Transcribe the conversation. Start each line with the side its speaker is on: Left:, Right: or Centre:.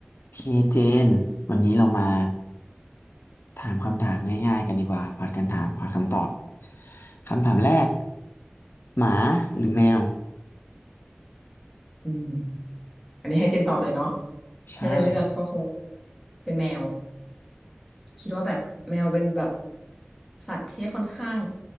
Left: โอเคเจนวันนี้เรามาถามคำถามง่ายๆกันดีกว่าผัดกันถามผัดคำตอบคำถามแรกหมาหรือแมว
Centre: อืมอันนี้ให้เจนตอบเลยเนาะ
Left: ใช่
Centre: ถ้าเจนเลือกก็คงเป็นแมวคิดว่าแบบแมวเป็นแบบสัตว์ที่ค่อนข้าง